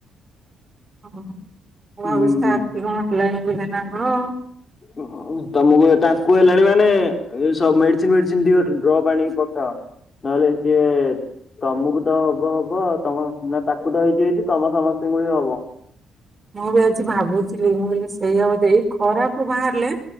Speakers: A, on the right; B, on the left.
A: ମୁଁ ଭାବୁଛି
B: ହୁଁ।
A: ତା ଆଖି କଣ ହେଲାଣି ବୋଧେ ନା କଣ?
B: ଓହୋ। ଓ ତମକୁ, ତାଙ୍କୁ ହେଲାଣି ମାନେ ସବୁ ମେଡିସିନ ଫେଡିସିନ ଦିଅ ଡ୍ରପ ଆଣିକ ପକାଅ। ନଲେ ସିଏ। ତମକୁ ତ ହବ ହବ, ତମ ନା ତାକୁ ତ ହେଇଛି ହେଇଛି ତମ ସମସ୍ତଙ୍କୁ ହି ହବ।
A: ମୁଁ ବି ଆଜି ଭାବୁଥିଲି ମୁଁ କହିଲି ସେଇଆ ବୋଧେ। ଖରାକୁ ବାହାରିଲେ